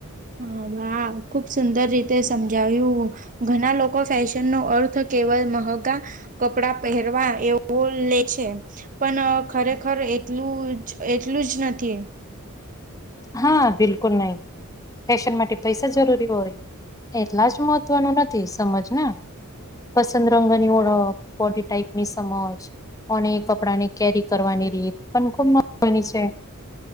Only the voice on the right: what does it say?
હા બાા ખૂબ સુંદર રીતે સમજાવ્યું ઘણા લોકો ફેશન નો અર્થ કેવલ મહગા કપડા પહેરવા એવું લે છ પણ ખરેખર એટલું જ એટલું જ નથી.